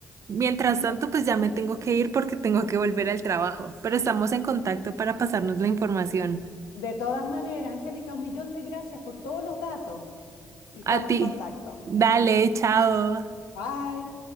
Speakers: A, on the right; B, on the left.
A: Mientras tanto,
B: Bueno,
A: pues ya me tengo que ir porque tengo que volver al trabajo, pero estamos en contacto para pasarnos la información.
B: de todas maneras, Angélica, un millón de gracias por todos los datos y estamos
A: A ti.
B: en contacto.
A: Dale, chao.
B: Bye.